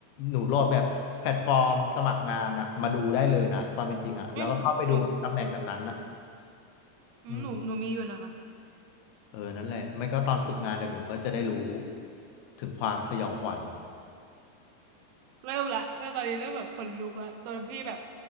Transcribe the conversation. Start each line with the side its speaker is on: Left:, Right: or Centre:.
Left: หนูโหลดแบบแพลตฟอร์มสมัครงานอ่ะมาดูได้เลยนะความเป็นจริงอ่ะแล้วก็เข้าไปดูในตำแหน่งนั้นๆอ่ะ
Right: นี่หนูอืมหนูหนูมีอยู่นะคะ
Left: อืมเออนั่นแหละไม่ก็ตอนฝึกงานเดี๋ยวหนูก็จะได้รู้ถึงความสยองขวัญ
Right: เริ่มละเริ่มตอนนี้เริ่มแบบขนลุกละตอนพี่แบบ